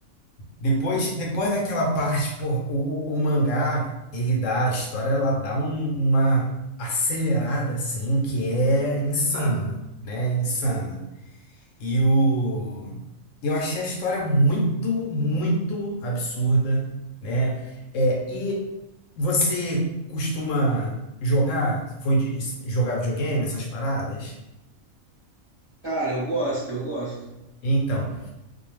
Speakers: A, on the left; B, on the right.
A: Depois, depois daquela parte, pô, o, o, o mangá, ele dá, a história, ela dá um- uma acelerada, assim, que é insana, né? Insana. E o... Eu achei a história muito, muito absurda, né? É, e você costuma jogar? Foi de jogar videogame, essas paradas?
B: Cara, eu gosto, eu gosto.
A: Então,